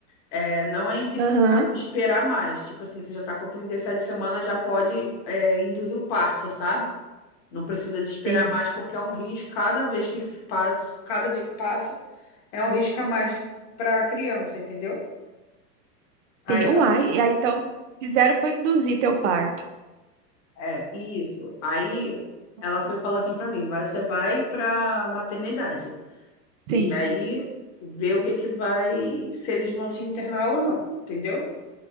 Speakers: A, on the left; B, on the right.
A: é, não é indicado
B: Aham,
A: esperar mais. Tipo assim, você já tá com 37 semanas, já pode, é, induzir o parto, sabe? Não precisa de esperar
B: sim.
A: mais, porque é um risco. Cada vez que pa- cada dia que passa, é um risco a mais para a criança, entendeu? Aí,
B: Sim. Uai,
A: eu-
B: e aí então fizeram foi induzir teu parto.
A: é, isso. Aí
B: Ah.
A: ela foi e falou assim para mim: vai, você vai para maternidade.
B: Sim,
A: E aí vê o que que vai, se eles vão te internar ou não, entendeu?